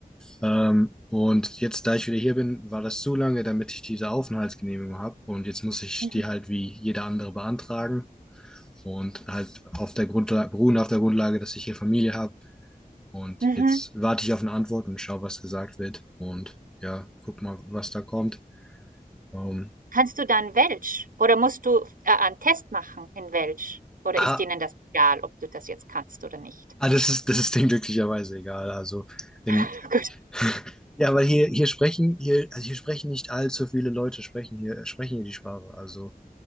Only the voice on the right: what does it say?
Mhm.
Mhm.
Kannst du dann Welsch oder musst du äh, einen Test machen in Welsch? Oder
ist denen das egal, ob du das jetzt kannst oder nicht?
<laughs> Gut.